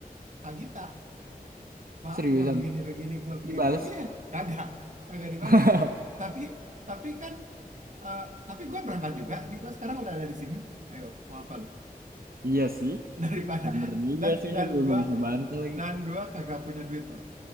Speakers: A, on the right (about 50°); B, on the right (about 70°).
A: Pak Gita. Pak,
B: Seriusan
A: gua begini-begini, gua begini-begini.
B: dibales?
A: Iya, kagak, kagak dibales.
B: <laughs>
A: Tapi, tapi kan, eh, tapi gua berangkat juga. Nih gua sekarang udah ada di sini. Ayo, mau apa lu?
B: Iya sih,
A: <laughs> Daripada
B: bener juga
A: dan
B: sih
A: dan
B: lo gue
A: gua
B: nggak bisa bantah lagi.
A: dan gua kagak punya duit bro.